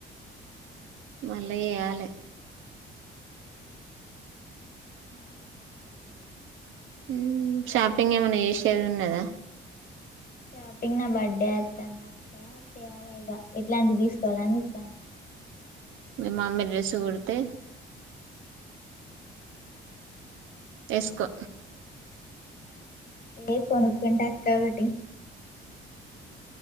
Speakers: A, on the right (about 80°); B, on the left (about 45°).
A: మళ్ళీ చేయాలి
B: ఆ
A: ఉమ్ షాపింగ్ ఏమైన్నా చేసేది ఉన్నదా
B: షాపింగ్ నా బర్త్డే వస్తానుక్క చేయాలా ఇక ఎట్లాంటివి తీసుకోవాలని చెప్తాను
A: మీ మామీ డ్రెస్సు కొడితే తే ఎస్కో
B: ఏ కొనుకుంట అక్కవటి